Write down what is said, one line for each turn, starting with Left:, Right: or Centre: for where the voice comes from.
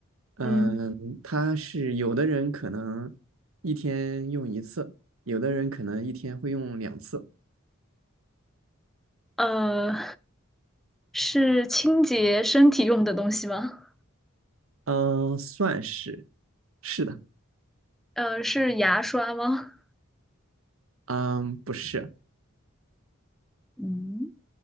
Right: 嗯，
Centre: 嗯，
Right: 它是有的人可能一天用一次，有的人可能一天会用两次，
Centre: 呃，是清洁身体用的东西吗？
Right: 嗯，算是是的，
Centre: 呃，是牙刷吗？
Right: 嗯，不是
Centre: 嗯，